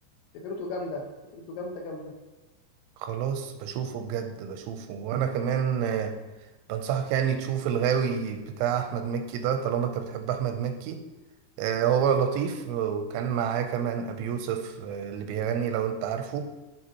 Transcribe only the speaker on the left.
ففكرته جامدة فكرته جامدة جامدة